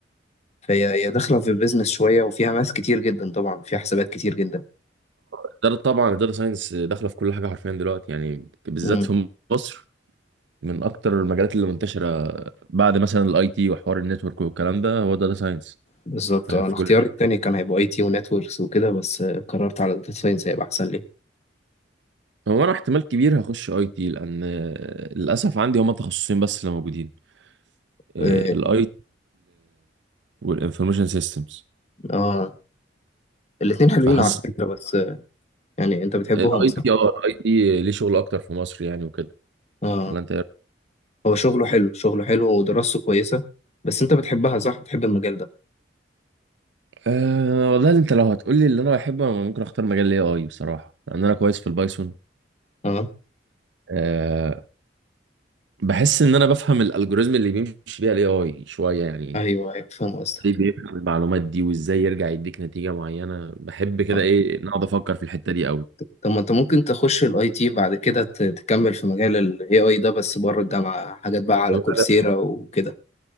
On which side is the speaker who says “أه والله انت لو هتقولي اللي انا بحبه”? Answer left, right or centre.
Right